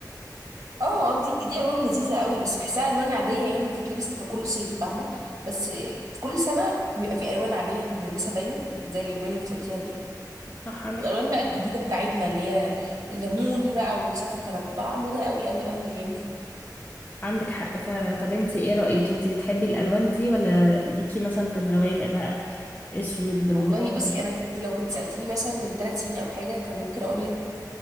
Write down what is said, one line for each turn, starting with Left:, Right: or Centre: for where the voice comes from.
Right: اه دي دي الوان لذيذه قوي بس بحسها الوان عاديه يعني بتتلبس في كل صيف فاهمه بس كل سنه بيبقى في الوان عاديه احنا بنلبسها دايما زي الالوان اللي انت قلتيها دي
Left: صح عندك
Right: والالوان
Left: حق
Right: بقى الجديده بتاعتنا اللي هي الليموني بقى والصف كانت طالعه موضه قوي قوي قوي الايام دي
Left: عندك حق فعلا طب انتي ايه رايك انتي بتحبي الالوان دي ولا ليكي مثلا في الغوامق بقى اسود رمادي
Right: والله بصي انا كنت لو كنت سالتيني مثلا من ثلاث سنين او حاجه كان ممكن اقول لك